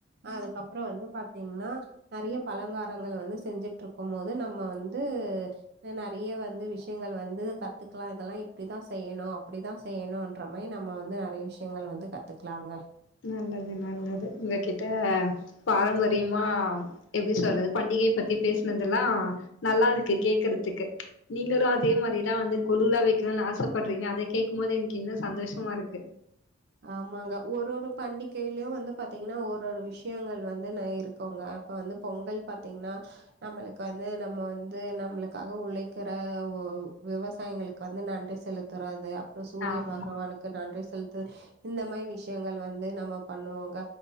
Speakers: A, on the right; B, on the left.
A: அதுக்கப்புறோ வந்து பாத்தீங்கன்னா நெறைய து பலங்காரங்கள் வந்து செஞ்சுட்டு இருக்கும்போது நம்ம வந்து நெறையவாட் வந்து விஷ்யங்கள் வந்து கத்துக்கலா இதெல்லா இப்டித்தா செய்யணு அப்டித்தா செய்யணுன்ற மாரி நம்ம வந்து நெறைய விஷ்யங்கள் வந்து கத்துக்கலாங்க
B: நல்லது நல்லது உங்க கிட்ட பாரம்பரியமா எப்டி சொல்றது பண்டி கை பத்தி பேசுனதெல்லா நல்லா இருக்கு கேக்றதுக்கு நீங்களு அதே மாரி தா வந்து கொலுல வைக்கணுனு ஆசப்பறீங்க அத கேட்கெ போது எனக்கு இன்னு சந்தோஷமா இருக்கு
A: ஆமாங்க ஒரொரு பண்டிகைலயு வந்து பாத்தீங்கன்னா ஒரு ஒரு விஷ்யங்கள் வந்து இருக்குங்க இப்ப வந்து பொங்கள் பாத்தீங்கன்னா நம்மளுக்கு வந்து நம்ம வந்து நம்ளுக்காக உழைக்கற விவசாயங்களுக்கு வந்து நன்றி செலுத்துறது அப்றோ சூரிய
B: ஆமா
A: பகவானுக்கு நன்றி செலுத் ட்டு இந்த மாரி விஷ்யங்கள் வந்து நம்ம பண்ணுவோங்க